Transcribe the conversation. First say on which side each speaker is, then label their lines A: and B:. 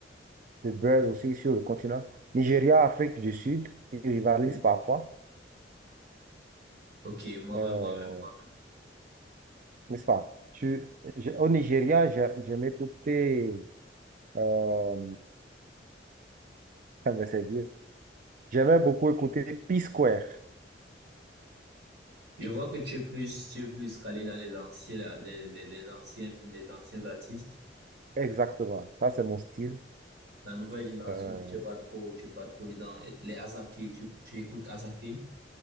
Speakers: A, on the right; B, on the right.
A: de buzz aussi sur le continent. Nigeria, Afrique du Sud, ils rivalisent parfois,
B: Ok, moi-même,
A: euh,
B: moi-même, moi-même.
A: n'est-ce pas? Tu, j'ai- au Nigeria, j'ai- j'aime écouter. Euh, ah ben, c'est vieux. J'aimais beaucoup écouter P-Square.
B: Je vois que tu es plus, tu es plus calé dans les anciens, là, les, les, les anciens, les anciens artistes.
A: Exactement. Ça, c'est mon style.
B: La nouvelle génération,
A: Euh,
B: si tu es pas trop, tu es pas trop dedans. Les Asaké, tu, tu écoutes Asaké,